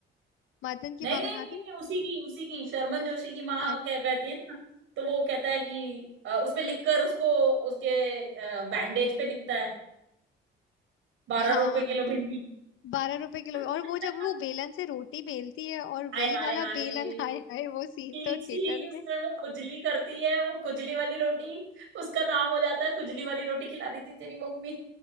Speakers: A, on the left; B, on the right.
A: माधवन की
B: नहीं
A: माँ
B: नहीं
A: बनाती
B: नहीं
A: है
B: नहीं उसी की उसी की शर्मन जोशी की माँ
A: ना? अ-
B: क्या कहती है ना तो वो कहता है कि अ, उसमें लिखकर उसको उसके बैंडेज पे लिखता है बारह
A: हाँ
B: रुपए किलो भिंडी
A: बारह रुपए किलो
B: <laughs>
A: और वो जब वो बेलन से रोटी बेलती है और
B: हाय
A: वही
B: हाय
A: वाला
B: हाय
A: बेलन <laughs> हाय हाय वो सीन
B: छी
A: तो थिएटर
B: छी उससे
A: में
B: वो खुजली करती है वो खुजली वाली रोटी उसका नाम हो जाता है खुजली वाली रोटी खिला रही थी तेरी मम्मी